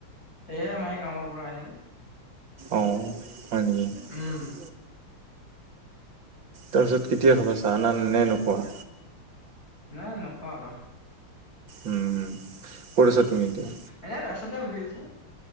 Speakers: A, on the left; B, on the right.
A: এইয়া মাই কামৰ পৰা আহিল।
B: অ হয় নেকি? <unintelligible>
A: উম
B: তাৰপিছত কেতিয়া খাবা চাহ না নে নোখোৱা?
A: নাই নখোৱা আৰু।
B: উম উম কৰিছা তুমি এতিয়া,
A: এনে ৰাস্ততে বহি আছো।